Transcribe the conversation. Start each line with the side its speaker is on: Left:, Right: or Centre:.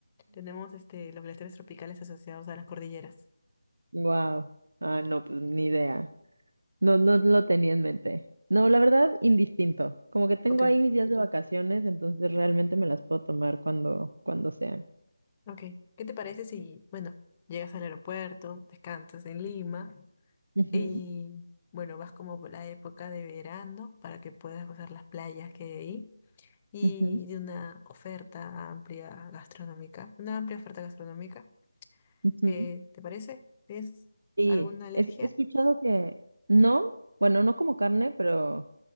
Left: tenemos este, los glaciares tropicales asociados a las cordilleras.
Right: Wow. Ah, no, pues ni idea. No, no lo tenía en mente. No, la verdad, indistinto. Como que tengo
Left: Ok.
Right: ahí mis días de vacaciones, entonces realmente me las puedo tomar cuando, cuando sean.
Left: Ok, ¿qué te parece si, bueno, llegas al aeropuerto, descansas en Lima
Right: Ujú,
Left: y, bueno, vas como por la época de verano para que puedas gozar las playas que hay ahí y
Right: ujú,
Left: de una oferta amplia gastronómica, una amplia oferta gastronómica?
Right: ujú.
Left: Eh, ¿te parece? ¿Tienes
Right: Sí,
Left: alguna alergia?
Right: es- he escuchado que no, bueno, no como carne, pero